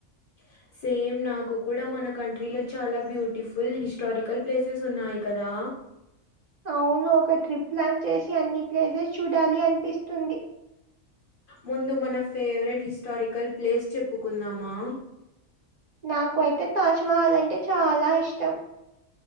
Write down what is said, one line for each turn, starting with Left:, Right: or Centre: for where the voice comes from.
Left: హా సేమ్ నాకు కూడా మన కంట్రీలో చాలా బ్యూటిఫుల్ హిస్టరికల్ ప్లేసెస్ ఉన్నాయి కదా
Right: అవును ఒక ట్రిప్ ప్లాన్ చేసి అన్ని ప్లేసెస్ చూడాలి అనిపిస్తుంది
Left: ముందు మన ఫేవరెట్ హిస్టరికల్ ప్లేస్ చెప్పుకుందామా
Right: నాకు అయితే తాజ్ మహల్ అంటే చాలా ఇష్టం